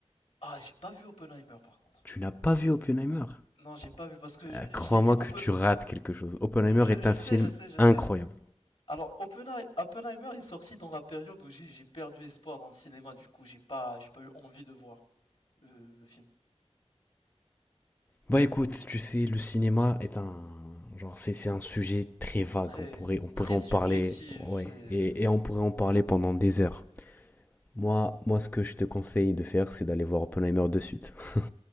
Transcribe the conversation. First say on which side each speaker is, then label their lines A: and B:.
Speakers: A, on the left; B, on the left.
A: Ah, j'ai pas vu Oppenheimer par contre.
B: Tu n'as pas vu Oppenheimer?
A: Non, j'ai pas vu parce que je,
B: Euh, crois-moi
A: je t'ai dit
B: que
A: Oppen.
B: tu rates quelque chose. Oppenheimer
A: Je,
B: est
A: je
B: un
A: sais,
B: film
A: je sais, je
B: incroyable.
A: sais. Alors, Oppenhei- Oppenheimer est sorti dans la période où j'ai j'ai perdu espoir dans le cinéma, du coup, j'ai pas, j'ai pas eu envie de voir le, le film.
B: Bah écoute, tu sais, le cinéma est un... Genre, c'est, c'est un sujet très vague.
A: Très,
B: On pourrait, on pourrait
A: très
B: en
A: subjectif,
B: parler, ouais.
A: c'est.
B: Et, et on pourrait en parler pendant des heures. Moi, moi, ce que je te conseille de faire, c'est d'aller voir Oppenheimer de suite. <laughs>